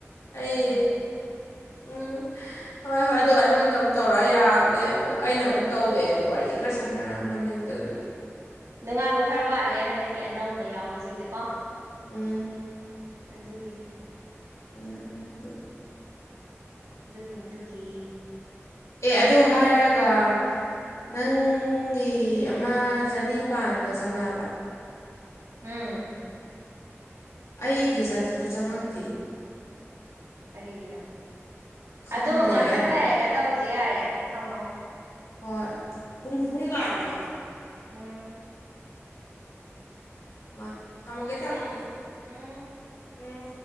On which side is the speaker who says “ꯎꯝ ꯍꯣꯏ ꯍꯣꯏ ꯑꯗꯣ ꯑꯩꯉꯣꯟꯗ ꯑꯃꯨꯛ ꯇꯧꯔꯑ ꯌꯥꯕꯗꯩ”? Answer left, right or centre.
Left